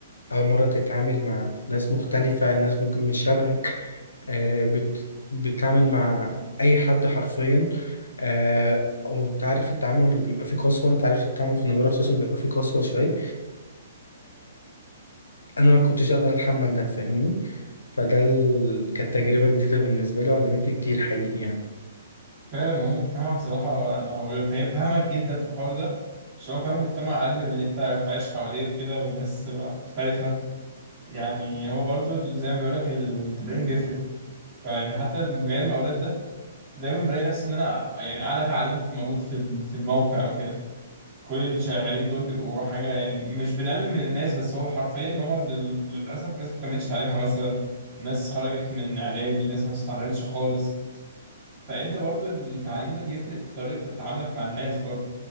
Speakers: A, on the left (about 80°); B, on the right (about 30°).
A: أول مرة تتعامل مع ناس مختلفة ناس ممكن مش شبهك آه بت بتتعامل مع أي حد حرفيا آه وانت عارف التعامل اللي بيبقى فيه قسوة انت عارف التعامل في النجارة خصوصا بيبقى فيه قسوة شوية انا ما كنتش اقدر اتحمل ده فاهمني فده ال... كانت تجربة جديدة بالنسبة لي وعلمتني كتير حقيقي يعني
B: فعلا هو مجتمع بصراحة أنا فاهم- فاهمك جدا في الحوار ده عشان هو فاهم مجتمع أقل من اللي أنت بتعيش حواليه وكده والناس تبقى مختلفة يعني هو برضو زي ما بيقولك التمرين بيفرق فيعني حتى من مجال المقاولات ده كنت دايما بلاقي نفسي إن أنا يعني أعلى تعليم في موجود في ال- في الموقع وكده كل اللي شغالين دول بيبقوا حاجة يعني مش بنقلل من الناس بس هو حرفيا إن هما لل- للأسف ناس ما كملتش تعليمها مثلا ناس خرجت من إعدادي ناس ما اتعلمتش خالص فانت برضو التعليم ده بيفرق في طريقة تعاملك مع الناس برضو